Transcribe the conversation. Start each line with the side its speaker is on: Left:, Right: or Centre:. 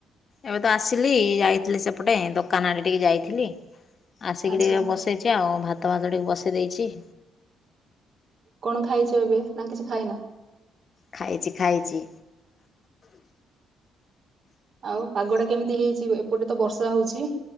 Left: ଏବେ ତ ଆସିଲି, ଯାଇଥିଲି ସେପଟେ ଦୋକାନ ଆଡ଼େ ଟିକେ ଯାଇଥିଲି। ଆସିକି
Right: ଆଚ୍ଛା
Left: ଟିକେ ବସେଇଛି ଆଉ ଭାତ ଭାତ ଟିକେ ବସେଇ ଦେଇଛି।
Right: କଣ ଖାଇଛ ଏବେ ନା କିଛି ଖାଇନ।
Left: ଖାଇଛି ଖାଇଛି।
Right: ଆଉ ପାଗ ଟା କେମିତି ହେଇଛି ଏପଟେ ତ ବର୍ଷା ହଉଛି।